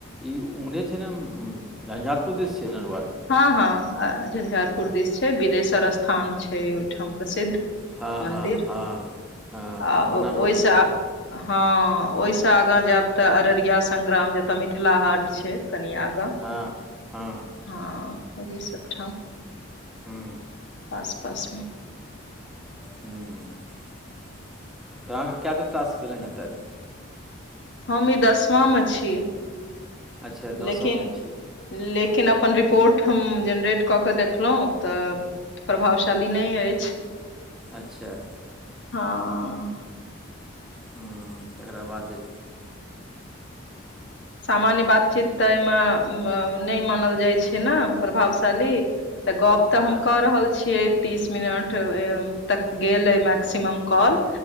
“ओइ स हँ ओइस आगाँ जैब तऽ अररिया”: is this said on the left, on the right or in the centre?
Left